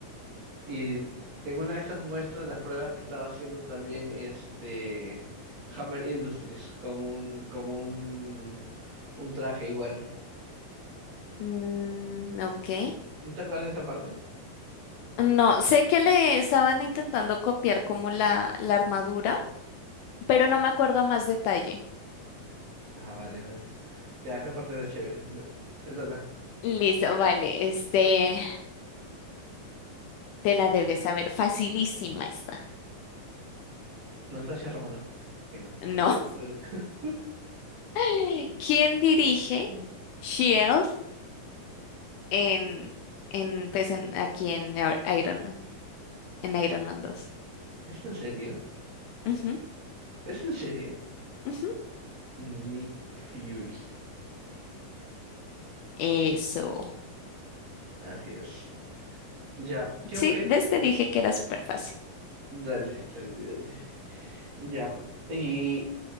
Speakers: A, on the right; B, on the left.
A: Y en una de esas muestras, las pruebas que estaba haciendo también este Hammer Industries con un, con un, un traje igual.
B: mm, ok.
A: ¿No te acuerdas de esa parte?
B: No, sé que le estaban intentando copiar como la, la armadura, pero no me acuerdo a más detalle.
A: Ah, vale, vale. Ya, esa parte era chévere. Da- Te toca.
B: Listo, vale, este, te la debes saber. Facilísima está.
A: Natasha Romanoff. Ah, ok, no.
B: No.
A: Pregunta.
B: <laughs> ¿Quién dirige?
A: Mm.
B: Shield en, en, pues en, aquí en Ar- Iron Man, en Iron Man dos
A: ¿Es en serio?
B: Ujú,
A: ¿Es en serio?
B: ujú.
A: Nick Fury.
B: Eso.
A: Así es. Ya, ¿qué
B: Sí,
A: objeto?
B: ves, te dije que era súper fácil.
A: Dale, dale, dale. Ya. y